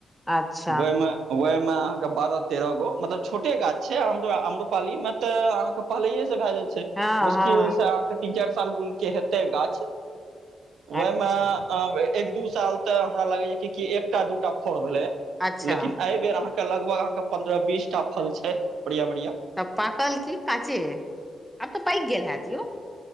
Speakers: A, in the centre; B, on the right.
A: अच्छा
B: वैह मे मे अहाँ के बारह तेरह गो मतलब छोटे गाछ छै हम्रोपालाली में तऽ अहाँ के पहीलेये भए जाइ छै
A: हँ
B: मुश्किल
A: हँ
B: से अहाँके तीन चारि साल के हेतै गाछ ओहिमे
A: अच्छा
B: एक दू साल तऽ हमरा लागै कि एकटा दूटा फर भेले
A: अच्छा
B: लेकिन एहि बेर अहाँके लगभग अहाँके पन्द्रह बीसटा फल छै बढ़िया बढ़िया
A: तब पाकल की काँचे आब तऽ पाक गेल हत यौ